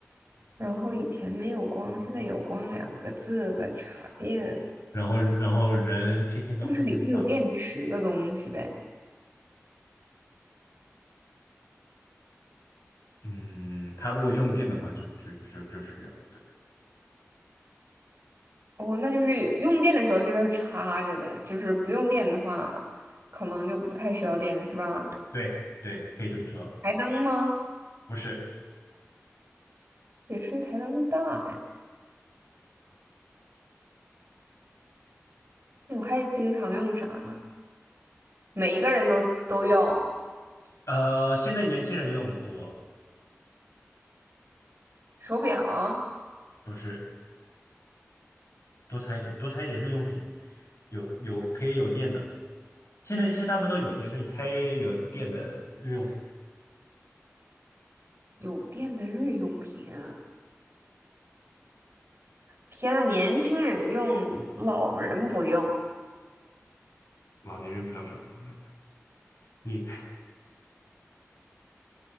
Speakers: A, on the right; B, on the left.
A: 然后以前没有光，现在有光两个字的插电，
B: 然后然后人天天都会用。
A: 就是里头有电池的东西呗。
B: 的。嗯，他如果用电的话就，就就就需要。对，
A: 哦，那就是用电的时候就是插着的，就是不用电的话，可能就不太需要电，是吧？
B: 对对，可以这么说，
A: 台灯吗？
B: 不是，
A: 也是台灯大呀，那我还经常用啥呢？每一个人都都用。
B: 呃，现在年轻人用多，
A: 手表、
B: 不是多猜一点，多猜一点日用品，有有可以有电的。现在现在大部分都有电，所以你猜有电的日用品，
A: 有电的日用品啊。天呐，年轻人用，老人不用。
B: 老年人比较少用的。你